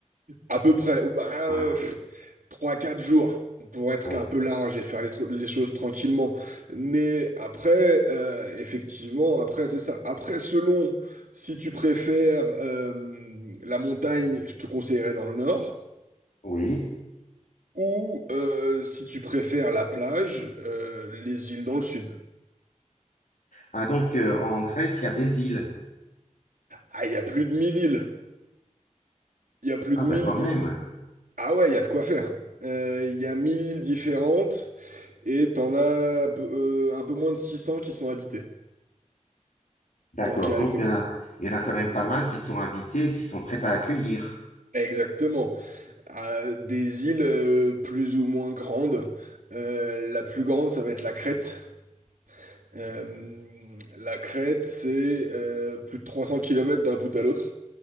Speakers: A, on the right; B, on the left.
A: à peu près. Bah,
B: Voilà.
A: euh, trois quatre jours pour être
B: Ouais.
A: un peu large et faire les, tr- les choses tranquillement. Mais après, euh, effectivement, après, c'est ça. Après, selon si tu préfères euh, la montagne, je te conseillerais dans le nord,
B: Oui.
A: ou euh, si tu préfères la plage, euh, les îles dans le sud.
B: Ah, donc euh, en Grèce, il y a des îles.
A: Ah, il y a plus de 1000 îles. Il y a plus
B: Ah,
A: de
B: bah
A: mille
B: quand même.
A: îles. Ah ouais, il y a de quoi faire. Euh, Il y a 1000 îles différentes et t'en as euh, un peu moins de 600 qui sont habitées.
B: D'accord.
A: Donc, il y
B: Donc
A: a
B: il y en a, il y en a quand même pas mal qui sont habitées, qui sont prêtes à accueillir.
A: Exactement. à des îles euh, plus ou moins grandes. Euh, la plus grande, ça va être la Crète. Euh, la Crète, c'est euh, plus de 300 kilomètres d'un bout à l'autre.